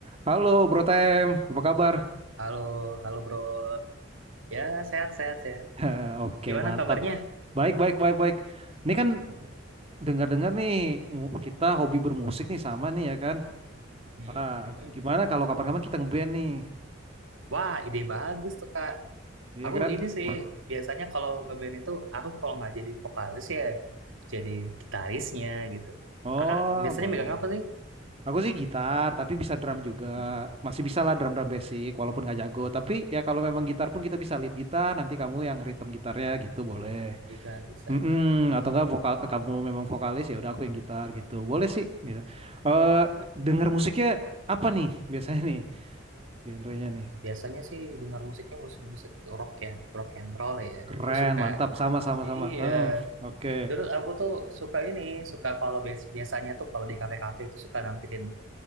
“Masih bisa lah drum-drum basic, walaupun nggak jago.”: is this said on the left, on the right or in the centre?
Right